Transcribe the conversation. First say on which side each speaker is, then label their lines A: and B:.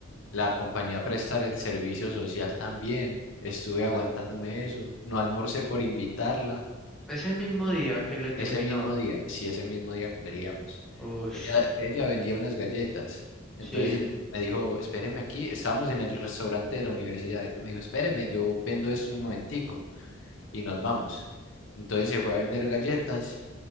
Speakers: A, on the left; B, in the centre.
A: La compañía prestar el servicio social también. Estuve aguantándome eso. No almorcé por invitarla.
B: Ese mismo día que le terminó.
A: Ese mismo día, sí, ese mismo día que peleamos.
B: Ush,
A: Ella, ella vendía unas galletas. Entonces
B: sí,
A: eh, me dijo, espéreme aquí. Estábamos en el restaurante de la universidad. Ella me dijo, espéreme, yo vendo esto en un momentico y nos vamos. Entonces se fue a vender galletas